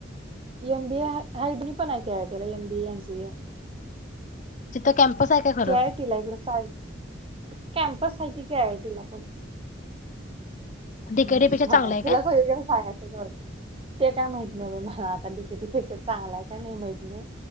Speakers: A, on the right (about 30°); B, on the left (about 40°).
A: M B. ए हब नि पनाय केयदला एम बी ए यांचेए.
B: तिथ कॅम्पस आहे का? खरं?
A: केयाटला इकडं सायलक कॅम्पस आहे की कीआयआयटी ला पण
B: डीकेडी
A: हम
B: पेक्षा चांगलं आहे
A: तुला
B: काय?
A: सग सांगायचं. ग. ते काय माहीत नाही बा मला आता तिकेटीपेक्षा चांगला. आहे का नाही माहित नाही